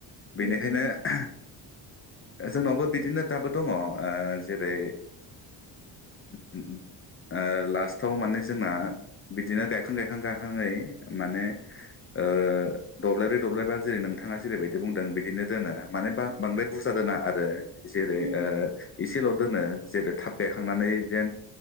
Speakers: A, on the right; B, on the left.
A: उम
B: बेनिखायनो
A: उम
B: ओहो। जोंनावबो बिदिनो दाबो दङ। ओ जेरै- ओ लास्टाव माने जोंना बिदिनो गायखां गायखां गायखांनानै माने ओ दब्लायब्रै दब्लायबा जेरै नोंथाङा जेरैबायदि बुंदों बिदिनो दोनो माने बांद्राय बुरजा दोना आरो। जेरै
A: उम
B: ओ एसेल' दोनो। जेरै थाब गायखांनानै जेन